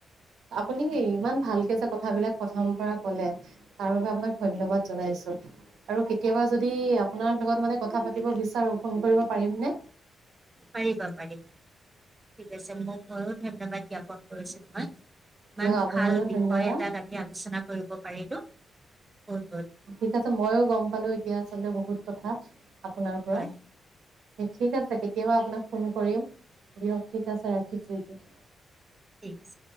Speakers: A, on the right; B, on the right.
A: আপুনি ইমান ভালকে যে কথাবিলাক প্ৰথম পৰা গ'লে তাৰোগামত ধন্যবাদ জনাইছো আৰু কেতিয়াবা যদি আপোনাৰ লগত মানে কথা পাতিব বিচাৰো ফোন কৰিব পাৰিমনে?
B: পাৰিবা পাৰিবা, ঠিক আছে মোক বহো ধন্যবাদ জ্ঞাপন। কৈছিল ন'। ইমান
A: দিয়ক আপোনালৈও
B: ভাল বিষয়
A: ধন্যবাদ
B: এটাত আমি আলোচনা কৰিব পাৰিলো। অ'।
A: ঠিক আছে মইয়ো গম পালো এতিয়া আচলতে বহুত কথা আপোনাৰ পৰা,
B: হয়
A: ঠিক আছে কেতিয়াবা আপোনাক ফোন কৰিম দিয়ক ঠিক, আছে ৰাখিছো এতিয়া।
B: ঠিক আছে।